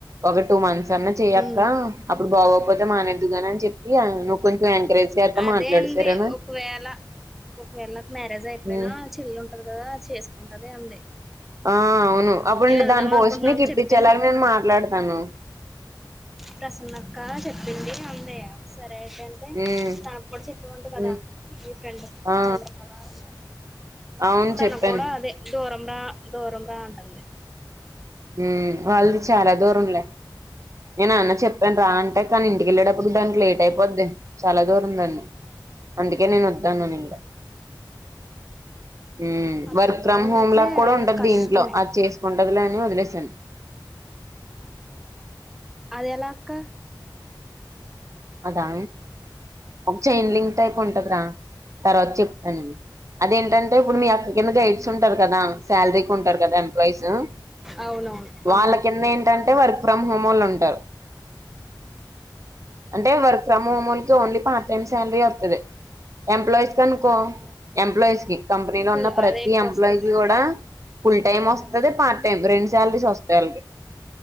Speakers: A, on the right (about 40°); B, in the centre.
A: ఒక టూ మంత్స్ స్ అన్న చెయ్యక్క
B: ఉమ్
A: అప్పుడు బాగోకపోతే మానేద్దుగాని అని చెప్పి, నువ్వు కొంచం ఎంకరేజ్ చేస్తా
B: అదే
A: మాట్లాడు
B: అండి!
A: సరేనా
B: ఒకవేళ ఒకవేళ, నాకు మ్యారేజ్ అయిపోయినా
A: ఉమ్
B: చెల్లుంటది కదా! చేసు కుంటది అంది.
A: ఆ అవును అప్పుడుండే
B: నేను వెళ్దాం
A: దాని పోస్ట్
B: అనుకుంటున్నాం
A: నికిప్పిచ్చాలని
B: చెప్పింది
A: నేను మాట్లాడతాను.
B: ప్రసన్నక్క చెప్పింది. అందయ్య సర్ లేటంటే
A: ఉమ్
B: తనక్కూడా చెప్పావంట కదా!
A: ఉమ్
B: మీ ఫ్రెండ్ కి
A: ఆ
B: చంద్రకళ ఎవరో!
A: అవును
B: తనక్కూడా
A: చెప్పాను
B: అదే దూరం రా దూరం రా అంటంది.
A: మ్మ్ వాళ్ళది చాలా దూరంలే! నే నాన్నక్ చెప్పాన్ రా అంటే కానీ ఇంటికెళ్ళేటప్పుడు దానికి లేట్ అయిపోద్ది. చాలా దూరం దాన్ అందుకే నేను వద్దానను ఇంకా. మ్మ్
B: up
A: work
B: and
A: from
B: down
A: home
B: అయితే
A: లాక్కూడా ఉంటది
B: కష్టమే
A: దీంట్లో అది చేసుకున్ టగదులే అని వదిలేస్ సెన్
B: అదెలా అక్క?
A: అదా ఒక చైన్ లింక్ టైప్ ఉంటదరా తర్వాత చెప్తాను. అదేంటంటే, ఇప్పుడు మీ అక్క కింద గైడ్స్ ఉంటారు కదా! శాలరీకి ఉంటారు కదా! వయసు.
B: అవునవును
A: వాళ్ళ
B: ఆ
A: కింద ఏంటంటే వర్ ఫ్రమ్ హోమోల్ ఉంటారు. అంటే వర్క్ ఫ్రమ్ మోమోల్కి ఓన్లీ పార్ట్ టైం స్యాలరీ వొత్తది. ఎంప్లాయిస్ కనుకో ఎంప్లాయిస్ కి. కంపెనీలో
B: ఫుల్
A: ఉన్న ప్రతి
B: అదే ఎక్కువ
A: ఎంప్లాయ్
B: వస్తది
A: కి కూడా ఫుల్ టైమ్ వొస్ అదే పార్ట్ టైమ్ రెండు సాలరీసొస్ తెల్గే